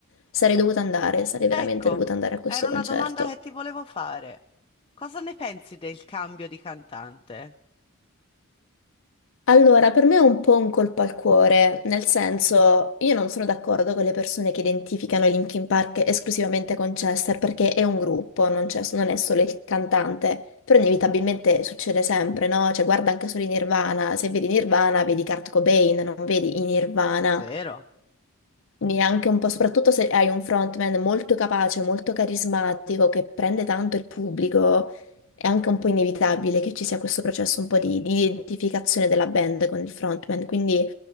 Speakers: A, on the left; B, on the left.
A: sarei dovuta andare, sarei
B: Ecco,
A: veramente dovuta andare a questo
B: era una
A: concerto.
B: domanda che ti volevo fare. Cosa ne pensi del cambio di cantante?
A: Allora, per me è un po' un colpo al cuore, nel senso, io non sono d'accordo con le persone che identificano i Linkin Park esclusivamente con Chester, perché è un gruppo, non c'è- non è solo il cantante, però inevitabilmente succede sempre, no? Cioè, guarda anche solo i Nirvana, se vedi Nirvana vedi Kurt Cobain, non vedi i Nirvana.
B: Vero?
A: Neanche un po', soprattutto se hai un frontman molto capace, molto carismatico, che prende tanto il pubblico, è anche un po' inevitabile che ci sia questo processo un po' di, di identificazione della band con il frontman, quindi